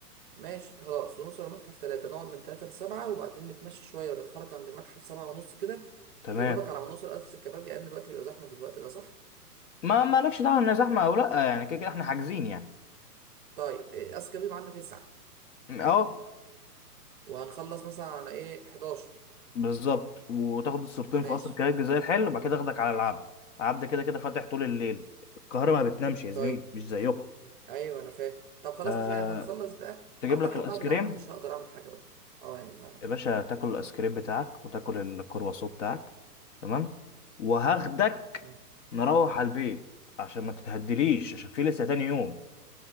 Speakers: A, on the right; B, on the left.
A: ماشي خلاص ونوصل المتحف 3 نقعد من 3 ل 7 وبعدين نتمشى شويه ونتحرك عند المتحف 7 ونص كده
B: تمام
A: يا دوبك على ما نوصل ألف سكة كباب لأن الوقت بيبقى زحمة دلوقتي ده صح؟
B: ما مالكش دعوه ان زحمه او لا يعني كده كده احنا حاجزين يعني
A: طيب إيه، اذكى بيبقى عندنا تسعة
B: اه
A: وهنخلص مثلا على ايه 11
B: بالظبط وتاخد الصورتين
A: ماشي
B: في قصر كليب زي الحلو وبعد كده اخدك على العبد العبد كده كده فاتح طول الليل القاهرة ما بتنامش يا زميلي
A: طيب
B: مش زيكم
A: ايوه انا فاهم طب خلاص
B: أه...
A: مش يعني هنخلص بقى
B: تجيب
A: اعتقد
B: لك الايس
A: بعد
B: كريم
A: العبد مش هقدر اعمل حاجة بقى اه يعني ما
B: يا باشا تاكل الايس كريم بتاعك وتاكل الكرواسون بتاعك تمام وهاخدك
A: مم.
B: نروح على البيت عشان ما تتهدليش عشان في لسه تاني يوم